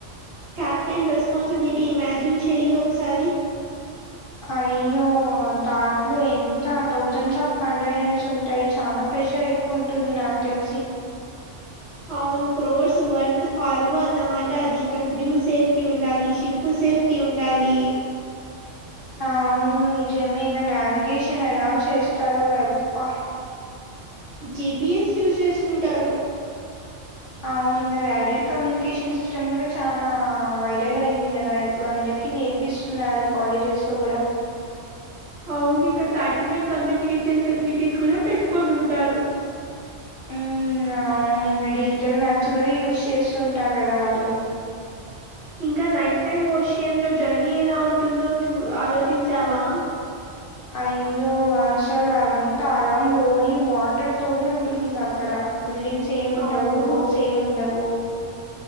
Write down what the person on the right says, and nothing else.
క్యాప్టెన్ రెస్పాన్సిబిలిటీ ఇమాజిన్ చేయ్ ఒకసారి
అవును క్రోర్స్ వర్త్ కార్గో అన్నమాట అది ఇంకా క్రూ సేఫ్టీ ఉండాలి షిప్ సేఫ్టీ. ఉండాలి.
జి పి ఎస్ యూజ్ చేసుకుంటారు
అవును ఇంక శాటిలైట్ కమ్యూనికేషన్ ఫెసిలిటీస్ కూడా పెట్టుకొని ఉంటారు
ఇంకా నైట్ టైమ్ ఓషియన్ లో జర్నీ ఎలా ఉంటుందో చూ ఆలోచించావా
అవును.